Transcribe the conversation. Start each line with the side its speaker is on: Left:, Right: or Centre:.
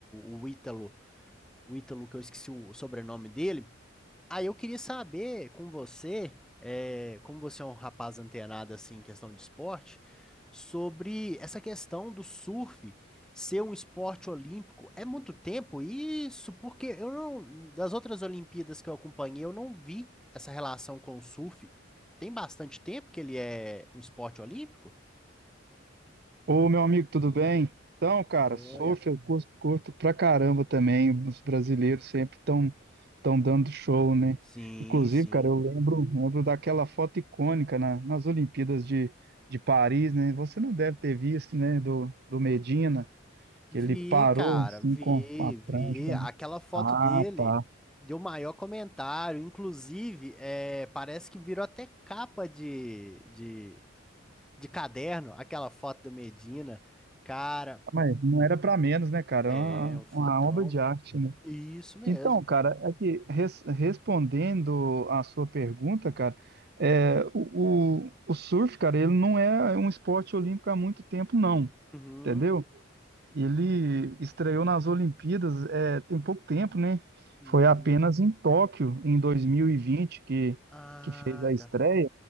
Centre: o, o Ítalo, o Ítalo que eu esqueci o sobrenome dele. Aí eu queria saber com você, eh, como você é um rapaz antenado assim em questão de esporte, sobre essa questão do surf ser um esporte olímpico. É muito tempo isso, porque eu não, das outras Olimpíadas que eu acompanhei, eu não vi essa relação com o surf. Tem bastante tempo que ele é um esporte olímpico?
Right: Ô, meu amigo, tudo bem? Então, cara,
Centre: Joia.
Right: surf eu curto, curto pra caramba também. Os brasileiros sempre estão tão tão dando show, né?
Centre: Sim,
Right: Inclusive,
Centre: sim.
Right: cara, eu lembro, lembro daquela foto icônica na- nas Olimpíadas de, de Paris, né? Você não deve ter visto, né? Do, do Medina,
Centre: Vi,
Right: que ele parou
Centre: cara,
Right: assim
Centre: vi,
Right: com, com a
Centre: vi.
Right: prancha.
Centre: Aquela foto
Right: Ah,
Centre: dele
Right: tá.
Centre: deu maior comentário. Inclusive, é, parece que virou até capa de, de, de caderno, aquela foto do Medina. Cara,
Right: Mas não era pra menos, né, cara? É Uma,
Centre: é um fotão.
Right: uma obra de arte, né?
Centre: Isso mesmo.
Right: Então, cara, aqui, res- respondendo à sua pergunta, cara, é, o, o, o surf, cara, ele não é um esporte olímpico há muito tempo, não,
Centre: Uhum.
Right: entendeu? Ele estreou nas Olimpíadas, é, tem pouco tempo, né?
Centre: Hum.
Right: Foi apenas em Tóquio, em 2020, que,
Centre: Ah,
Right: que fez a estreia.
Centre: tá.